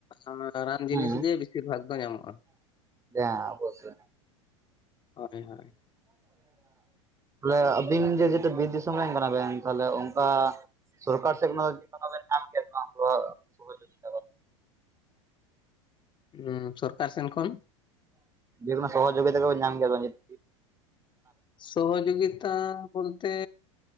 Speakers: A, on the left (about 30°); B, on the right (about 20°).
A: ᱚᱱᱟ ᱨᱟᱱ
B: ᱦᱩᱸ
A: ᱡᱤᱱᱤᱥ ᱜᱮ ᱵᱤᱥᱤᱨ ᱵᱷᱟᱜᱽ ᱫᱚ ᱧᱟᱢᱚᱜ-ᱟ᱾
B: ᱦᱮᱸ ᱟᱵᱚᱥᱥᱳᱭ᱾
A: ᱦᱳᱭᱼᱦᱳᱭ
B: ᱛᱟᱦᱞᱮ ᱟᱹᱵᱤᱱ ᱡᱮ ᱡᱩᱫᱤ ᱵᱤᱨ ᱫᱤᱥᱚᱢ ᱨᱮᱱ ᱠᱟᱱᱟ ᱵᱮᱱ ᱛᱟᱦᱞᱮ ᱚᱱᱠᱟᱼᱼ ᱥᱚᱨᱠᱟᱨ ᱥᱮᱫ ᱢᱟ ᱡᱟᱦᱟᱸ ᱵᱮᱱ ᱧᱟᱢ ᱠᱮᱜ ᱚᱱᱟ ᱠᱚᱫᱚ ᱥᱚᱦᱚ ᱡᱚᱜᱤᱛᱟ ᱵᱮᱱᱼᱼ
A: ᱦᱩᱸ ᱥᱚᱨᱠᱟᱨ ᱥᱮᱱ ᱠᱷᱚᱱᱼᱼ
B: ᱡᱮᱠᱳᱱᱳ ᱥᱚᱦᱚᱡᱳᱜᱤᱛᱟ ᱠᱚᱵᱮᱱ ᱧᱟᱢ ᱜᱮᱭᱟ <inaudible>
A: ᱥᱚᱦᱳᱡᱚᱜᱤᱛᱟ ᱵᱚᱞᱛᱮ